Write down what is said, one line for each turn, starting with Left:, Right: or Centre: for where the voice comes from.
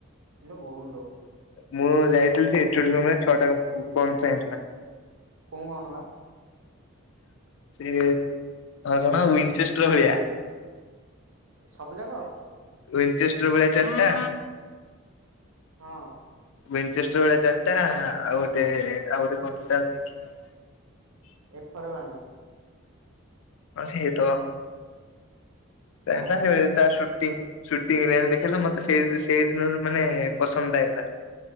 Right: ଇଲୋ ବୋଉଲୋ।
Left: ମୁଁ ଯାଇଥିଲି ସେ ଏଚୋଡ଼ି ରୁମରେ ଛଅଟା ପୁ ପ ଗନ୍ ଥୁଆ ହେଇଥିଲା।
Right: କଣ ବା?
Left: ସେ ଜଣ ୱିଞ୍ଚେଷ୍ଟର ଭଳିଆ।
Right: ସବୁ ଜାଗ?
Left: ୱିଞ୍ଚେଷ୍ଟର ଭଳିଆ ଚାରିଟା
Right: ହଁ।
Left: ୱିଞ୍ଜେଷ୍ଟର ଭଳିଆ ଚାରିଟା ଆଉ ଗୋଟେ ଆଉ ଗୋଟେ <unintelligible> ଦେଖିନି।
Right: M four one.
Left: ହଁ ସିଏ ତ <unintelligible>
Right: ଆରେ ପୁରା
Left: ତା ସୁୁଟ୍ଟି। ସୁଟିଂରୁ ଆଣି ଦେଖେଇଲା ମତେ ସେଇ ସେଇ ଦିନରୁ ମାନେ ପସନ୍ଦ ହେଇଲା।